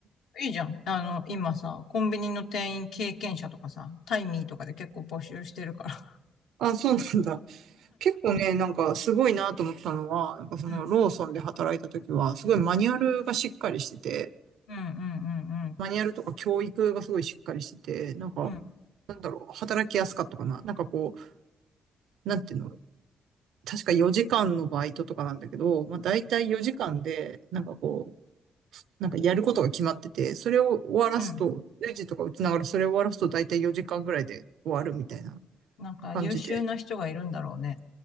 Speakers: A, on the left (about 80°); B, on the right (about 85°).
A: いいじゃん。あの、今さ、コンビニの店員経験者とかさ、タイミーとかで結構募集してるから。
B: あ、そうなんだ。結構ね、なんかすごいなと思ったのは、なんかそのローソンで働いた時は、
A: うん。
B: すごいマニュアルがしっかりしてて、
A: うんうん
B: マニュアルとか教育がすごいしっかりしてて、なんか
A: うんうん。うん。
B: 働きやすかったかな。なんかこう、なんていうの、確か4時間のバイトとかなんだけど、まあ大体4時間で、なんかこう、なんかやることが決まってて、それを終わらすと、
A: うん。うん。
B: レジとか打ちながらそれを終わらすと大体4時間ぐらいで終わるみたいな
A: なんか優秀な人がいるんだろうね。
B: 感じで。